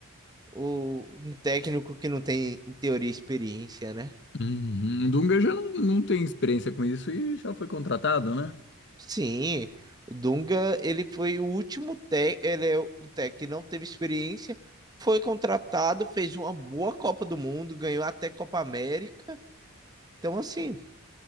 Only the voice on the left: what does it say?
Uhum. O Dunga já não, não tem experiência com isso e já foi contratado, né?